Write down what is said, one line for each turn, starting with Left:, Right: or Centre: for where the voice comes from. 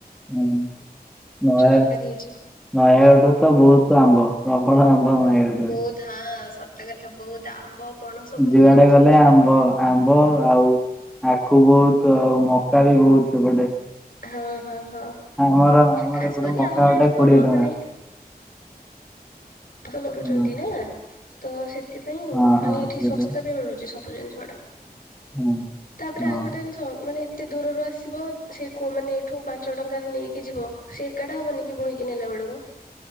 Centre: ହୁଁ, ନୟା
Left: ତରକାରୀ ହେଇଛି।
Centre: - ନୟାଗଡ଼ରେ ତ ବହୁତ ଆମ୍ବ। ପ୍ରବଳ ଆମ୍ବ। ନୟାଗଡ଼ରେ।
Left: ବହୁତ୍ ହଁ ସତ ରେ ତ ବହୁତ ଆମ୍ବ ପଣସ ବହୁତ।
Centre: ଯୁଆଡେ ଗଲେ ଆମ୍ବ ଆମ୍ବ ଆଉ ଆଖୁ ବହୁତ୍ ଆଉ ମକା ବି ବହୁତ୍ ସେପଟେ
Left: ହଁ, ହଁ, ହଁ
Centre: ଆମର ଆମର
Left: ଖାସ୍
Centre: ଏପଟେ
Left: କରି
Centre: ମକା
Left: ଆମର
Centre: ଗୋଟେ
Left: ଏଠି
Centre: କୋଡିଏ
Left: କଣ
Centre: ଟଙ୍କା
Left: ମାନେ ଲରୁଛନ୍ତି
Centre: ହଁ
Left: ନା ତ ସେଥିପାଇଁ
Centre: ହଁ
Left: ମାନେ
Centre: ହଁ।
Left: ଏଠି
Centre: ସେପଟେ।
Left: ଶସ୍ତା ବି ମିଳୁଛି ସବ୍ <unintelligible> ସବୁ ଜିନିଷ ଗୁଡା
Centre: ହଁ
Left: ତାପରେ
Centre: ହଁ।
Left: ଆଉ ଗୋଟେ ଜିନିଷ ମାନେ ଏତେ ଦୂରରୁ ଆସିବ ସେ କୋଉ ମାନେ ଏଇଠୁ ପାଞ୍ଚ ଟଙ୍କାରେ ନେଇକି ଯିବ ସେ ଏଗାରଟା ହବନି ବୋହିକ ନେଲା ବେଳକୁ <unintelligible>